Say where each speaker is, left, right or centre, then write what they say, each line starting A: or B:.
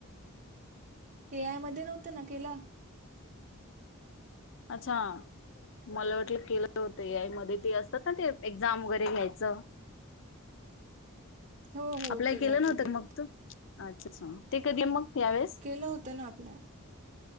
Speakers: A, on the right; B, on the left.
A: ए आय मध्ये नव्हतं ना केला.
B: अच्छा, मला वाटलं केलं होत ए आय मध्ये ते असजी हा ते एक्झाम वगैरे घ्यायचं.
A: हो हो
B: अप्लाय केलं
A: होतं
B: नव्हत न मग
A: होतं
B: तू? अच् ते कधी मग? यावेळेस
A: केलं होतं ना अप्लाय.